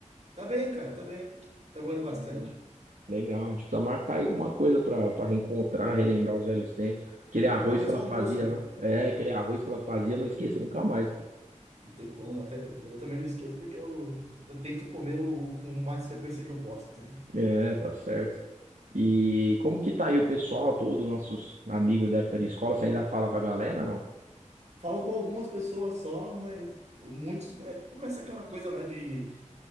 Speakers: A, on the right; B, on the right.
A: Tá bem, cara, tá bem. Trabalhando
B: Pô,
A: bastante.
B: Então, legal. A gente precisa marcar aí alguma coisa pra, pra reencontrar, relembrar os velhos tempos. Aquele
A: É
B: arroz
A: marcar mais
B: que ela
A: um almoço,
B: fazia
A: né?
B: lá. É, aquele arroz que ela fazia, eu não esqueço nunca mais, pô.
A: Não tem como, até eu também não esqueço porque eu, eu tento comer o, o mais frequência que eu posso, entendeu?
B: É, tá certo. E como que tá aí o pessoal todo, nossos amigos da época de escola? Você ainda fala com a galera, não?
A: Falo com algumas pessoas só, mas muitos, né, começa aquela coisa, né, de